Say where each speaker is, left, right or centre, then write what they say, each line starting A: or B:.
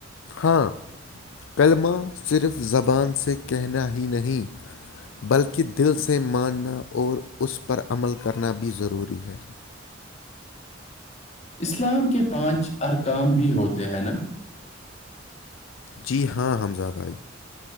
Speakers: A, on the left (about 80°); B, on the left (about 35°).
A: ہاں کلمہ صرف زبان سے کہنا ہی نہیں بلکہ دل سے ماننا اور اس پر عمل کرنا بھی ضروری ہے
B: اسلام کے پانچ ارکام بھی ہوتے ہیں نا
A: جی ہاں حمزہ بھائی